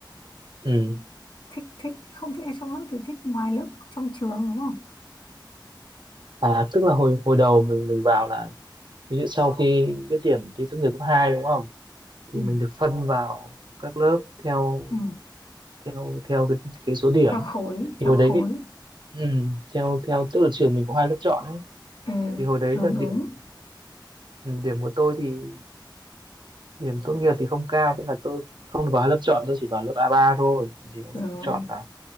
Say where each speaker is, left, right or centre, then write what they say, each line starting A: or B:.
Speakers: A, on the right (about 70°); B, on the left (about 75°).
A: Ừ.
B: thích, thích, không thích ai trong lớp thì thích ngoài lớp, trong trường đúng không?
A: À tức là hồi hồi đầu mình mình vào là ví dụ sau khi biết điểm thi tốt nghiệp cấp 2 đúng không? Thì
B: Ừ,
A: mình được phân vào các lớp theo
B: ừ.
A: theo theo cái, cái số điểm.
B: Theo khối,
A: Thì
B: theo
A: hồi đấy
B: khối.
A: cái Ừ, theo theo tức là trường mình có hai lớp chọn ấy
B: Ừ,
A: thì hồi đấy
B: đúng,
A: là điểm
B: đúng.
A: ừ, điểm của tôi thì điểm tốt nghiệp thì không cao thế là tôi không được vào hai lớp chọn tôi chỉ vào lớp a ba thôi chỉ có
B: Rồi,
A: lớp chọn là